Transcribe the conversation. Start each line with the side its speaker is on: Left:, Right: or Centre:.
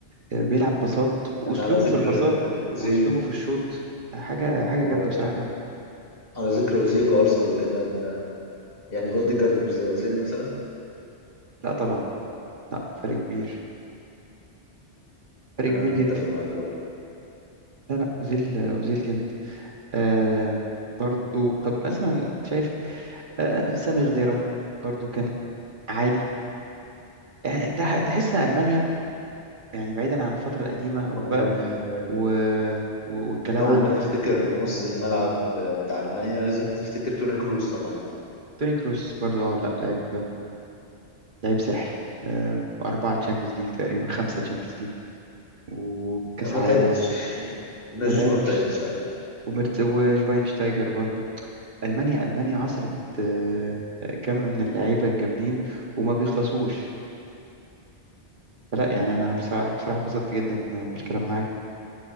Right: آه، بيلعب بساط وأسلوبه
Left: يعني على ذكر
Right: في البساط
Left: آه، اوزيل
Right: وأسلوبه في الشوط حاجة حاجة
Left: وعلى
Right: جامدة بصراحة يا محمد
Left: ذكر اوزيل وارسنال وكده انت يعني اوديجارد مش زي اوزيل مثلا
Right: لا طبعا لا فرق كبير فرق
Left: انا
Right: كبير
Left: متفق
Right: جدا
Left: معاك برضه
Right: لا لا أوزيل آه، أوزيل جامد آه برضو طب مثلا شايف آه سامي غديرة برضو كان عادي يعني انت ح- تحس ان المانيا يعني بعيدا عن الفتره القديمه وبقى
Left: يعني
Right: و... و... والكلام
Left: أول
Right: عن
Left: ما تفتكر نص الملعب بتاع ألمانيا لازم تفتكر توني كروس طبعا
Right: توني كروس برضو اه لا لعيب لعيب ساحر آه واربعه تشامبيونز ليج تقريبا خمسه تشامبيونز ليج وكاس
Left: ما
Right: عالم
Left: تعدش <laughs> الناس
Right: ما تعدش
Left: دي ما بتعدش عادي
Right: ومرت... وشفاينشتايجر برضو المانيا المانيا عصرت آه كم من اللعيبه الجامدين وما بيخلصوش فلا يعني انا أنا بصراحه بصراحه اتبسطت جدا بالكلام معاك